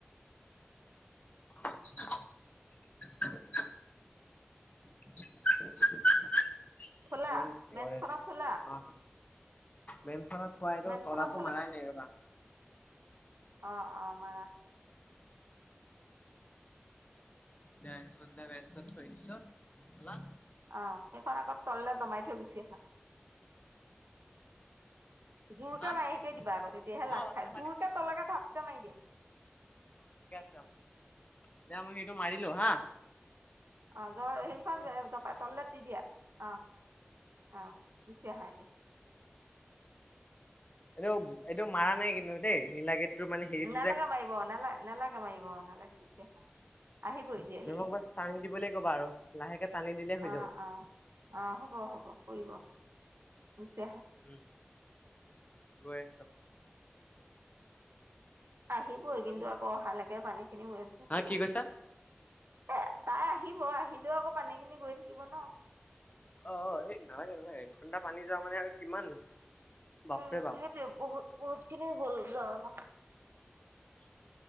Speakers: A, on the left; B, on the right.
A: <inaudible>
B: থলা
A: ইমান চিঞৰে
B: বেঞ্চখনত
A: যে
B: থলা।
A: অ বেঞ্চখনত। থুৱাই
B: বেঞ্চখনত
A: দিও তলাতো মাৰাই নাই ৰবা।
B: অহ - অহ মাৰা।
A: ডেৰ ঘন্টা বেঞ্চত থৈ দিচো তলা।
B: অ সেইখন আকৌ তললে নমাই থৈ গুছি আহা। জোৰকে
A: হা
B: মাৰি শিকে দিবা আকৌ তেতিয়াহে লাগ
A: অ বাথৰুমৰ
B: খাই
A: পানী
B: জোৰকে
A: পৰি আছে
B: তলাকে ঢাপকে মাৰি দিয়া।
A: দিয়া মই সেইটো মাৰিলো হা।
B: অ' জ্বৰ হেখন জপাই তল দি দিয়া অ' অ' গুচি আহা এতিয়া।
A: এইটো এইটো মাৰা নাই কিন্তু দেই নীলা মানে হেৰিটো
B: নালাগে
A: যে
B: মাৰিব, নাল নালাগে মাৰিব, অ' নালাগে। <unintelligible> আহিব এতিয়া
A: মেমক
B: হে
A: বাছ টানি দিবলৈ ক'বা আৰু লাহেকে টানি দিলে হৈ
B: অ'
A: যাব
B: অ' আহ হ'ব, হ'ব কৰিব। গুচি আহা।
A: উ'ম গৈ আছো।
B: আহিবই
A: কিমান
B: কিন্তু আকৌ অহালৈকে পানী খিনি ৱেষ্ট হব
A: হা
B: ন
A: কি কৈছা
B: এ! তাই আহিব। আহিলেও আকৌ পানী খিনি গৈ থাকিব ন।
A: অ' এই নালাগে নালাগে এক ঘণ্টা পানী যোৱা মানে আৰু কিমান? বাপৰে
B: উ'ম
A: বাপ
B: সেইটো বহুত বহুত খিনি গ'ল যা ন।
A: <unintelligible>